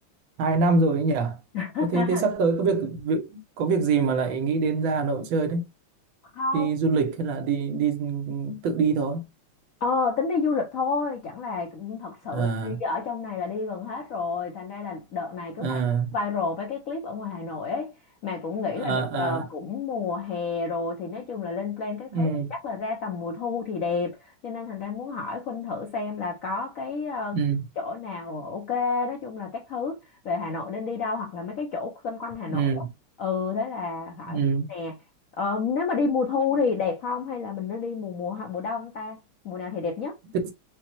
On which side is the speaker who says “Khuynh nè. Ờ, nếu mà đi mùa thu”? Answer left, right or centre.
Left